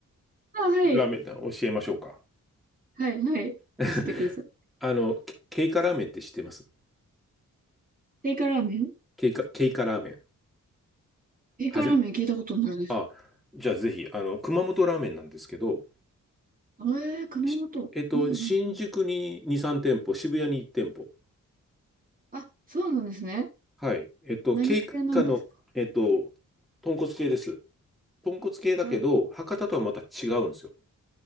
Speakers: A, on the right (about 25°); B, in the centre.
A: あ、はい、
B: ラーメン教えましょうか。
A: はい、はい。
B: <laughs>
A: 教えてください。
B: あの、ケケイカラーメンって知ってます
A: テイカラーメン
B: ケイカ、ケイカラーメン。
A: テイカラーメン聞いたことないです。
B: はじ、あ、じゃあぜひ、あの、熊本ラーメンなんですけど、
A: ええー、熊本。
B: しえっと、
A: うん、うん。
B: 新宿に2、
A: うん
B: 3店舗、渋谷に1店舗。
A: あ、そうなんですね。
B: はい。えっと、
A: 何系なんですか
B: ケイカの、えっと、豚骨系です。豚骨系だけど、
A: はい。
B: 博多とはまた違うんですよ。